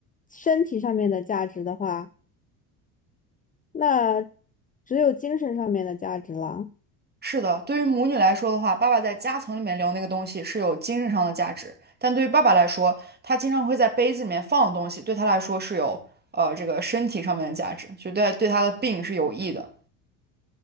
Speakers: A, on the left (about 15°); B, on the right (about 20°).
A: 身体上面的价值的话，那只有精神上面的价值了。
B: 是的，对于母女来说的话，爸爸在夹层里面留那个东西是有精神上的价值，但对于爸爸来说，他经常会在杯子里面放的东西，对他来说是有呃这个身体上面的价值，就对对他的病是有益的。